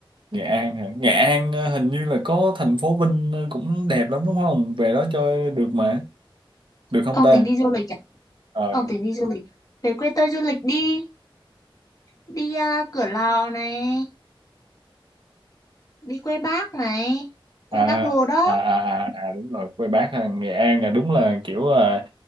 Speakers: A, on the right; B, on the left.
A: Nghệ An hả? Nghệ An ờ, hình như là có thành phố Vinh ờ, cũng đẹp lắm đúng không? Về đó chơi được mà. Được không
B: ông
A: ta?
B: tính đi du lịch à
A: Ờ.
B: ông tính đi du lịch về quê tôi du lịch đi đi à, Cửa Lò này đi quê Bác này quê
A: À,
B: Bác Hồ đó
A: à, à, à, à, đúng rồi, quê bác ha. Nghệ An là đúng là kiểu à,